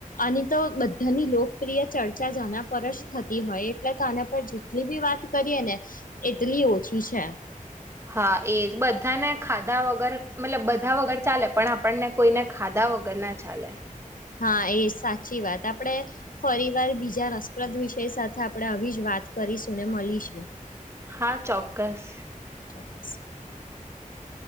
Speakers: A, on the left (about 75°); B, on the right (about 20°).
A: આની તો બધાની લોકપ્રિય ચર્ચા જના પર જ થતી હોય એટલે તો આના પર જેટલી બી વાત કરીએ ને એટલી ઓછી છે.
B: હા એજ બધાને ખાધા વગર મતલબ બધા વગર ચાલે પણ આપણને કોઈને ખાધા વગર ના ચાલે.
A: હા એ સાચી વાત આપણે ફરી વાર બીજા રસપ્રદ વિષય સાથે આપણે આવી જ વાત કરીશું ને મલીશું.
B: હા ચોક્કસ.
A: <inaudible>